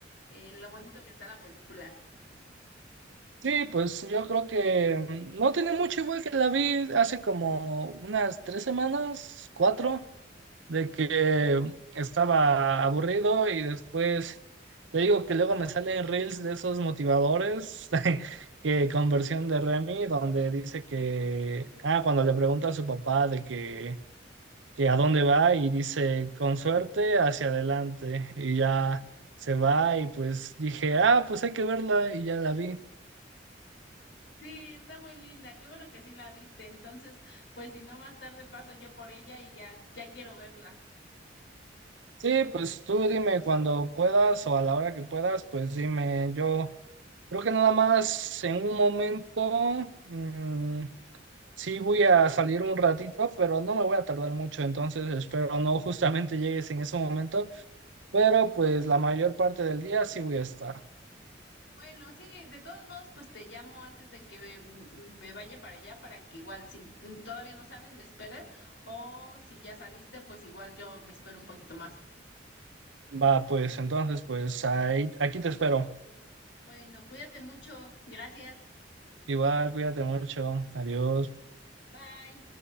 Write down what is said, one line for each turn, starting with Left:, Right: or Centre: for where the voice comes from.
Left: eh, lo bonito que está la película.
Right: Sí, pues yo creo que mm, no tiene mucho igual que la vi hace como unas tres semanas, cuatro, de que estaba aburrido y después te digo que luego me salen reels de esos motivadores <laughs> que con versión de Remy, donde dice que, ah, cuando le pregunta a su papá de que que a dónde va y dice, con suerte, hacia adelante. Y ya se va y pues dije, ah, pues hay que verla y ya la vi.
Left: Sí, está muy linda, qué bueno que sí la viste. Entonces, pues si no, más tarde paso yo por ella y ya, ya quiero verla.
Right: Sí, pues tú dime cuando puedas o a la hora que puedas, pues dime, yo creo que nada más en un momento, mm, sí voy a salir un ratito, pero no me voy a tardar mucho, entonces espero no justamente llegues en ese momento, pero pues la mayor parte del día sí voy a estar.
Left: Bueno, sí, de todos modos, pues te llamo antes de que me, mm, me vaya para allá, para que igual si mm, todavía no sales, me esperes, o si ya saliste, pues igual yo me espero un poquito más.
Right: Va, pues entonces, pues ahí, aquí te espero.
Left: Bueno, cuídate mucho. Gracias.
Right: Igual, cuídate mucho. Adiós.
Left: Bye.